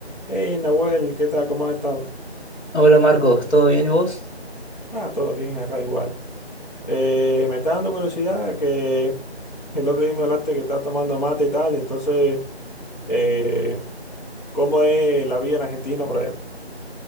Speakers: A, on the left; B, on the left.
A: Hey, Nahuel, ¿qué tal? ¿Cómo has estado?
B: Hola Marcos, ¿todo bien y vos?
A: Ah, todo bien, acá igual. Eh, me está dando curiosidad que el otro día me hablaste que estás tomando mate y tal, entonces, eh, ¿cómo es la vida en Argentina por allá?